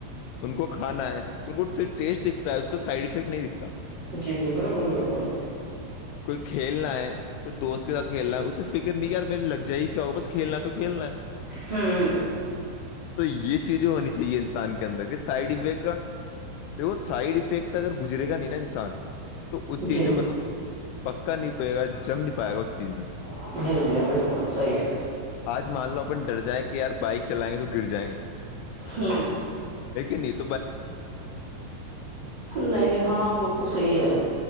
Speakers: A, on the left; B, on the right.
A: ان کو کھانا ہے تو ان کو ٹیسٹ دکھتا ہے اس کا سائڈ افیکٹ نہیں دکھتا
B: جی جی بالکل بالکل
A: کوئی کھیلنا ہے تو دوست کے ساتھ کھیلنا ہے اسے فکر نہیں یار میرے لگ جائے کیا ہواپس کھیلنا تو ل ہے
B: ہوں
A: تو یہ چیزیں ہونی چاہیے انسان کے اندر کہ سائڈ افیکٹ کا دیکھ وہ سائڈ افیکٹ سے اگر گزے گا نہیں ن سان تو اس چیز
B: جی
A: میں مطلب پکا نہیں پے گا جم نہیں پائے گا اس چیز میں
B: جی جی بالکل صحیح ہے
A: آج مان لو اپن ڈر جائیں کہ یار بائک چلائیں گے تو گر جائیں گے
B: ہوں
A: نیتی <unintelligible>
B: نہیں ہاں وہ تو صحیح ہے